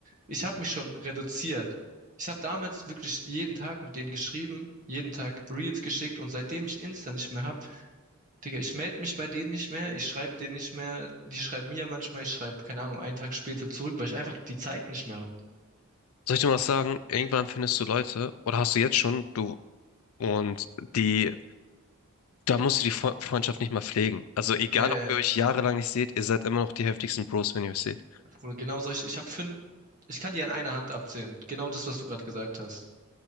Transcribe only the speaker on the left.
Soll ich dir mal was sagen? Irgendwann findest du Leute, oder hast du jetzt schon, du, und die, da musst du die Fre- Freundschaft nicht mal pflegen. Also egal,
ob ihr euch jahrelang nicht seht, ihr seid immer noch die heftigsten Bros, wenn ihr euch seht.